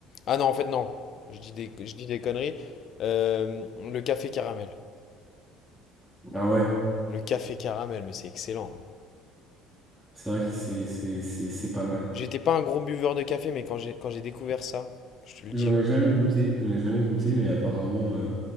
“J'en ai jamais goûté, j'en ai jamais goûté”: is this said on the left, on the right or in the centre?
Centre